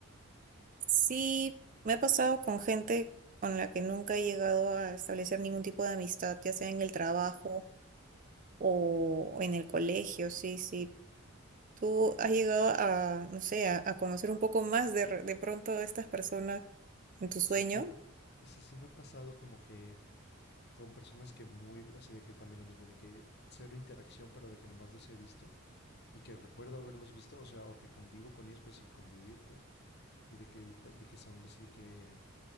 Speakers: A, on the right; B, on the left.
A: sí, me ha pasado con gente con la que nunca he llegado a establecer ningún tipo de amistad, ya sea en el trabajo o en el colegio. Sí, sí. ¿Tú has llegado a, no sé, a, a conocer un poco más de, re- de pronto a estas personas en tu
B: Sí,
A: sueño?
B: o o sea, sí me ha pasado como que con personas que muy, así de que también lo mismo, de que cero interacción, pero de que nomás los he visto y que recuerdo haberlos visto, o sea, o que convivo con ellos, pero sin convivir, pues, y de que, y de que son así de que,